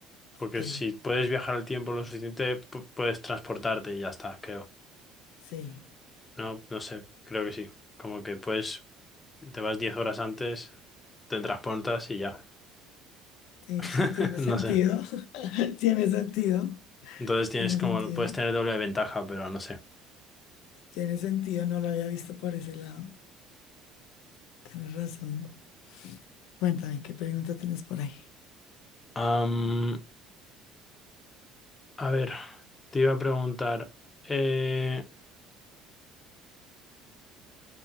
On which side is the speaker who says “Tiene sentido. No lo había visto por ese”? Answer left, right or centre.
Left